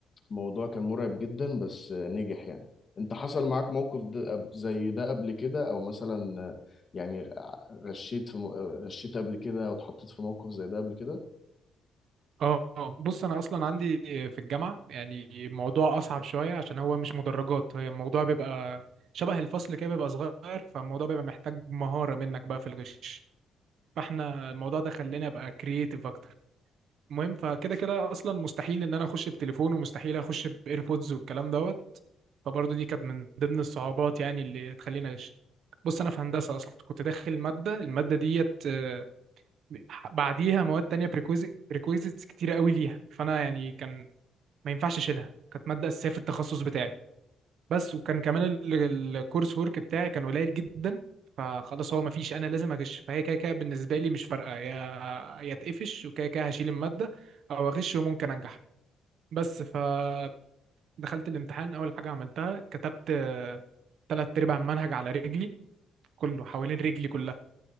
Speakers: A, on the left (about 40°); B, on the right (about 70°).
A: الموضوع كان مرعب جدا بس آه، نجح يعني انت حصل معاك موقف ده قب- زي ده قبل كده او مثلا آه، يعني ع- غشيت في م- آه، غشيت قبل كده او اتحطيت في موقف زي ده قبل كده
B: اه آه. بص انا اصلا عندي في الجامعة يعني الموضوع اصعب شوية عشان هو مش مدرجات هي الموضوع بيبقى شبه الفصل كده بيبقى صغير فالموضوع بيبقى محتاج مهارة منك بقى في الغش فاحنا الموضوع ده خلاني ابقى كرييتيف اكتر المهم فكده كده اصلا مستحيل ان انا اخش بتليفون ومستحيل اخش بايربودز والكلام دوت فبرضه دي كانت من ضمن الصعوبات يعني اللي تخليني اغش بص انا في هندسه اصلا كنت داخل ماده الماده ديت آه، بعديها مواد تانية بريكويزيتس كتيره قوي ليها فانا يعني كان ما ينفعش اشيلها كانت ماده اساسيه في التخصص بتاعي بس وكان كمان ال- ال- الكورس ورك بتاعي كان قليل جدا فخلاص هو مفيش انا لازم اغش فهي كده كده بالنسبه لي مش فارقه يا يا اتقفش وكده كده هشيل الماده او اغش وممكن انجح بس فدخلت الامتحان اول حاجه عملتها كتبت آه، تلات ارباع المنهج على رجلي كله حوالين رجلي كلها